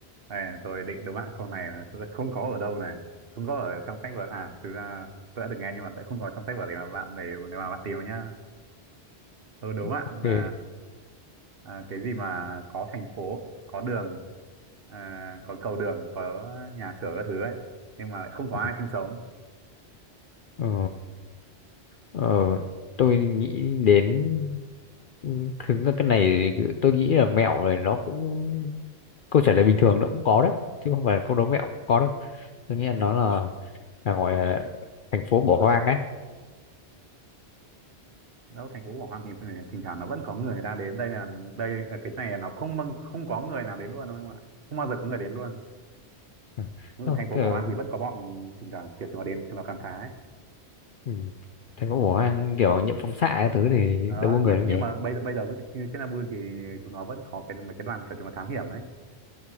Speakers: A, on the right (about 60°); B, on the left (about 55°).
A: đây tôi định đố bạn câu này mà thực ra không có ở đâu này không có ở trong sách vở à thực ra tôi đã được nghe nhưng mà sẽ không có trong sách vở để mà bạn để, để mà bạn tìm vào nhá tôi đố bạn
B: ok
A: là à, cái gì mà có thành phố có đường à, có cầu đường có nhà cửa các thứ ấy nhưng mà lại không có
B: ừ.
A: ai sinh sống
B: ờ, ờ, tôi nghĩ đến ừ, thực ra cái này thì tôi nghĩ là mẹo này nó cũng câu trả lời bình thường nó cũng có đấy chứ không phải là câu đố mẹo cũng có đâu tôi nghĩ là nó là là gọi là thành phố bỏ hoang ấy
A: đâu thành phố Quảng Hòa thì phải- thỉnh thoảng nó vẫn có người người ta đến đây là đây là cái này là nó không bâng- không có người nào đến luôn đâu em ạ không bao giờ có người đến luôn
B: Ừ. không
A: thành phố
B: kiểu,
A: Quảng Hòa thì vẫn có bọn thỉnh thoảng kiểu chúng nó đến chúng nó khám phá ấy
B: ừ. thành phố bỏ hoang kiểu nhiễm phóng xạ các thứ thì
A: ờ,
B: đâu có người
A: nhưng
B: đâu
A: nhưng
B: nhỉ
A: mà bây giờ bây giờ ví dụ như trên Nabu thì chúng nó vẫn có cái mấy cái đoàn kiểu chúng nó thám hiểm ấy